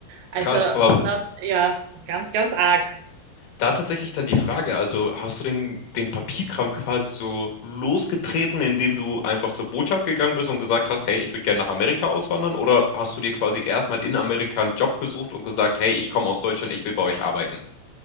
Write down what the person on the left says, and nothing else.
krass, aber
Da tatsächlich dann die Frage, also hast du den, den Papierkram quasi so losgetreten, indem du einfach zur Botschaft gegangen bist und gesagt hast, hey, ich würde gerne nach Amerika auswandern? Oder hast du dir quasi erstmal in Amerika einen Job gesucht und gesagt, hey, ich komme aus Deutschland, ich will bei euch arbeiten?